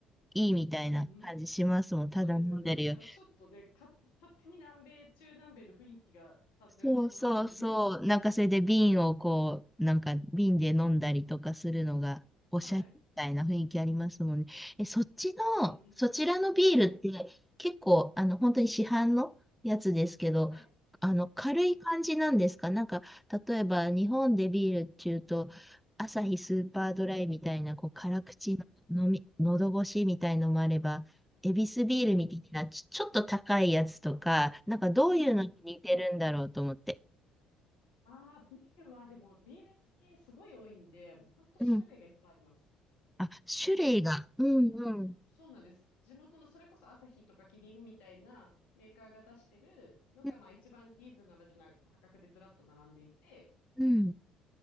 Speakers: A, in the centre; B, on the left.
A: いいみたいな感じしますもん。
B: い。うんうん。そうですよね。
A: ただ飲んでるよ。
B: なんかちょっとね、か、勝手に南米、中南米の雰囲気が漂ってきますもんね。
A: そうそうそう。なんかそれで瓶をこう、なんか瓶で飲んだりとかするのがおしゃれみたいな雰囲気ありますもんね。
B: <laughs> はい。
A: え、そっちの、
B: うんうん。
A: そちらのビールって結構、
B: はい。
A: あの、本当に市販のやつですけど、
B: はい。
A: あの、軽い感じなんですかなんか、
B: はい。
A: 例えば日本でビールっていうと、アサヒスーパードライみたいな、こう、辛口の飲み、
B: うんうん。
A: 喉越しみたいのもあれば、エビスビールみたいな、
B: はい。
A: ちょ、ちょっと高いやつとか、なんかどういうのに似てるんだろうと思って。
B: うんうんうん。ああ、ビールはでも、ビール好きすごい多いんで、もうほんと種類がいっぱいあります。
A: うん。あ、種類が。
B: で、
A: うんうん。
B: あのーそうなんです。地元の、それこそアサヒとかキリンみたいなメーカーが出してるのが、
A: うん
B: まあ一番リーズナブルな価格でずらっと並んでいて、
A: うん。